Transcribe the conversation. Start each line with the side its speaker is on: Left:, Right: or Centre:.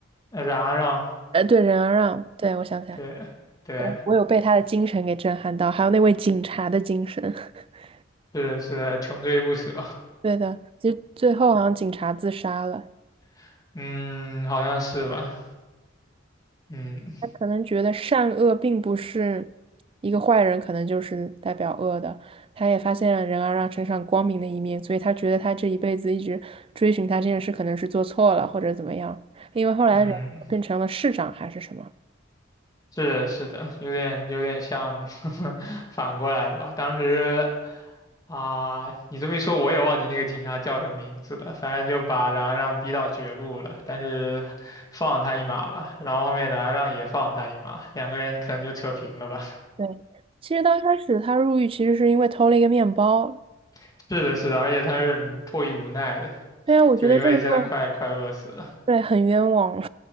Left: 呃冉阿让，
Right: 呃，对，任阿让。对，我想起来。
Left: 对对，
Right: 呃我有被他的精神给震撼到，还有那位警察的精神。<laughs>
Left: 是的是的穷追不舍，
Right: 对的，就最后好像警察自杀了，
Left: <laughs> 嗯，好像是吧，嗯
Right: 他可能觉得善恶并不是一个坏人，可能就是代表恶的。他也发现了人要让身上光明的一面，所以他觉得他这一辈子一直追寻他这件事，可能是做错了或者怎么样。因为后来人变成了市长还是什么？
Left: 嗯。是的，是的，有点有点像 <laughs> 反过来的吧。当时啊、你这么一说，我也忘记那个警察叫什么名字了。反正就把冉阿让逼到绝路了，但是放了他一马吧。然后后面冉阿让也放了他一马，两个人可能就扯平了吧。
Right: 对，其实刚开始他入狱其实是因为偷了一个面包。
Left: <laughs> 是的，是的，而且他是迫于无奈的，
Right: 对啊，我觉得这个就
Left: 就因为真的快快饿死了。
Right: 对很冤枉。